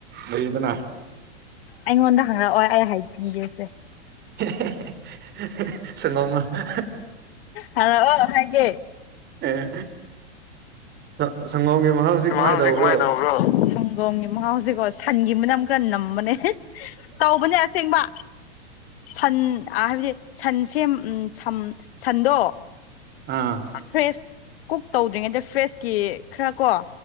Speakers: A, on the right; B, on the left.
A: ꯑꯩꯗꯅ
B: ꯑꯩꯉꯣꯟꯗ ꯍꯪꯔꯛꯑꯣ ꯑꯩ ꯍꯥꯏꯈꯤꯒꯦꯁꯦ
A: ꯍꯍꯍꯍ ꯁꯪꯒꯣꯝ ꯍꯍꯍ
B: ꯍꯪꯔꯛꯑꯣ ꯍꯥꯏꯒꯦ
A: ꯑꯦ ꯁꯪ ꯁꯪꯒꯣꯝꯒꯤ ꯃꯍꯥꯎꯁꯤ ꯀꯃꯥꯏꯅ
B: ꯃꯍꯥꯎ ꯍꯧꯖꯤꯛ
A: ꯇꯧꯕ꯭ꯔꯣ
B: ꯀꯃꯥꯏ ꯇꯕ꯭ꯔꯣ ꯁꯪꯒꯣꯝꯒꯤ ꯃꯍꯥꯎꯁꯦꯀꯣ ꯁꯟꯒꯤ ꯃꯅꯝ ꯈꯔ ꯅꯝꯕꯅꯦ ꯇꯧꯕꯅꯦ ꯑꯁꯦꯡꯕ ꯁꯟ ꯍꯥꯏꯕꯗꯤ ꯁꯟꯁꯦ ꯎꯝ ꯁꯟꯗꯣ
A: ꯑꯥ
B: ꯐ꯭ꯔꯦꯁ ꯀꯨꯛ ꯇꯧꯗ꯭ꯔꯤꯉꯩꯗ ꯐ꯭ꯔꯦꯁꯀꯤ ꯈꯔ ꯀꯣ